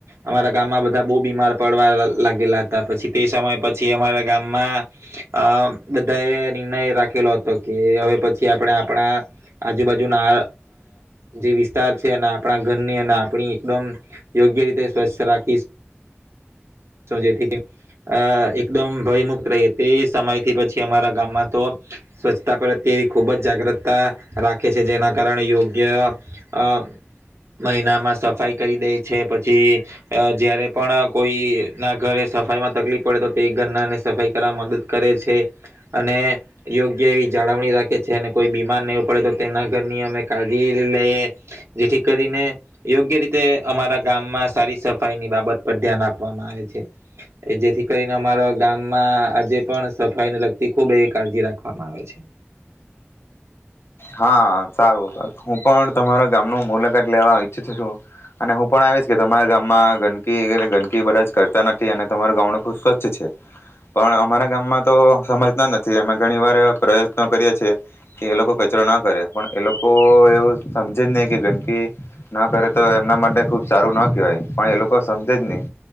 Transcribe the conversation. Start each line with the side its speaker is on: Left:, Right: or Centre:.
Right: અમારા ગામમાં બધા બહુ બીમાર પડવા લાગેલા હતા પછી તે સમય પછી અમારા ગામમાં, અ બધા એ નિર્ણય રાખેલો હતો કે હવે પછી આપણે આપણા, આજુબાજુના જે વિસ્તાર છે અને આપણા ઘરની અને આપણી એકદમ, યોગ્ય રીતે સ્વચ્છ રાખી જેથી એકદમ ભયમુક્ત રહીએ તે સમયથી પછી અમારા ગામમાં તો, સ્વચ્છતા પર તેવી ખૂબ જ જાગૃતતા, રાખે છે જેના કારણે યોગ્ય, અ મહિનામાં સફાઈ કરી દે છે પછી, જયારે પણ કોઈ ના ઘરે સફાઈમાં તકલીફ પડે તો તે ઘરનાને સફાઈ કરવા મદદ કરે છે, અને યોગ્ય એવી જાળવ અને કોઈ બીમાર ન પડે તો તેના ઘરની અમે કાળજી લઈએ, જેથી કરીને યોગ્ય રીતે અમારા ગામમાં સારી સફાઈ ની બાબત પર ધ્યાન આપવામાં આવે છે, જેથી કરીને અમારા ગામમાં આજે પણ સફાઈને લગતી ખુબ એવી કાળજી રાખવામાં આવે છે.
Left: હા સારું હું પણ તમારા ગામ નું મુલાકાત લેવા ઈચ્છી છું, અને હું પણ આવીશ કે તમારા ગામમાં ગંદકી એ ગંદકી બધા જ કરતા નથી અને તમારા ગામ ન ખુબ સ્વચ્છ છે, પણ અમારા ગામમાં તો સમજતા નથી અમે ઘણી વાર પ્રયત્નો કરીએ છીએ, કે એ લોકો કચરો ન કરે પણ એ લોકો એવું સમજે જ નહીં કે ગંદકી ન કરે તો એમના માટે ખૂબ સારું ન કહેવાય પણ એ લોકો સમજે જ નહીં